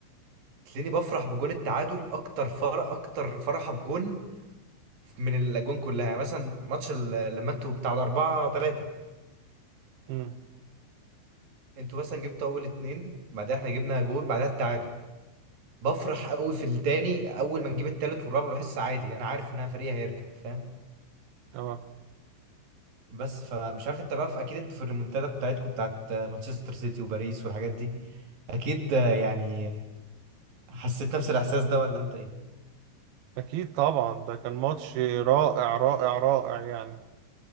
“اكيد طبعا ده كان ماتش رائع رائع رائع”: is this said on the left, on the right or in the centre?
Right